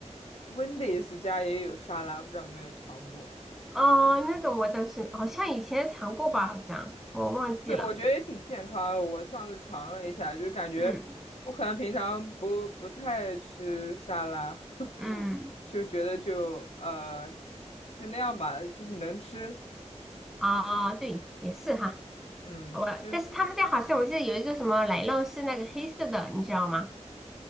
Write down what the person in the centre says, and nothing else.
哦，那个我倒是好像以前尝过吧，好像我忘记了，
嗯嗯，
哦，对，也是哈。
我，
但是他们家好像我记得有一个什么奶酪是那个黑色的，你知道吗？